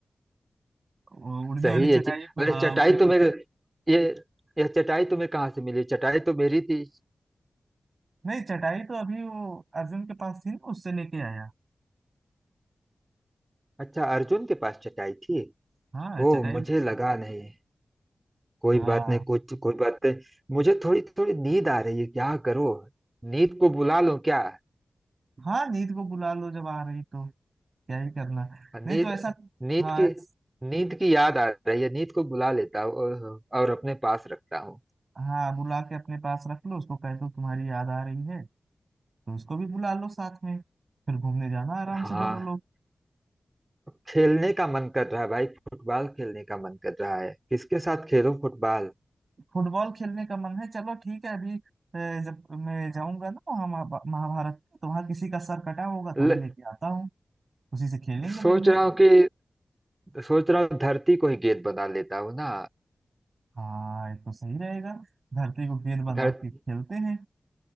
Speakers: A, on the right; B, on the right.
A: वो उड़ने
B: सही
A: वाली चटाई
B: है जी
A: पे
B: अरे
A: हाँ
B: चटाई
A: उसी
B: तो
A: पे
B: मेरे ये यह चटाई तुम्हें कहाँ से मिली चटाई तो मेरी थी
A: नहीं चटाई तो अभी वो अर्जुन के पास थी ना उससे लेके आया
B: अच्छा अर्जुन के पास चटाई थी
A: हाँ चटाई
B: ओह मुझे
A: उस-
B: लगा नहीं कोई
A: हाँ
B: बात नहीं कुछ कोई बात नहीं मुझे थोड़ी थोड़ी नींद आ रही है क्या करो नींद को बुला लूं क्या
A: हाँ नींद को बुला लो जब आ रही तो क्या ही करना
B: नींद
A: नहीं तो ऐसा
B: नींद
A: हाँ
B: की
A: ऐस-
B: नींद की याद आ रही है नींद को बुला लेता हूँ और, और अपने पास रखता हूँ
A: हाँ बुला के अपने पास रख लो उसको कह दो तुम्हारी याद आ रही है तो उसको भी बुला लो साथ में फिर घूमने जाना आराम
B: हाँ
A: से दोनों लोग
B: खेलने का मन कर रहा है भाई फुटबॉल खेलने का मन कर रहा है किसके साथ खेलूं फुटबॉल
A: फुटबॉल खेलने का मन है चलो ठीक है अभी अ, जब मैं जाऊंगा ना वहाँ महा- महाभारत में, तो वहाँ किसी का सर कटा होगा तो
B: ल,
A: वही लेके आता हूँ उसी से खेलेंगे
B: सोच
A: बढ़िया
B: रहा हूँ कि सोच रहा हूँ धरती को ही गेंद बना लेता हूँ ना
A: हाँ ये तो सही रहेगा धरती को गेंद बना
B: धर,
A: के खेलते हैं